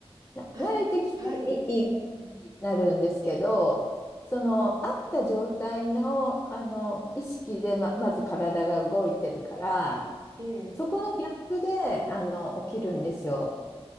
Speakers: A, on the left; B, on the right.
A: な、
B: あ、
A: 慣れてきていい、
B: はい。
A: いい感じになるんですけど、その、あった状態の、あの、意識でま、まず体が動いてるから、
B: ええ。
A: そこのギャップで、あの、起きるんですよ。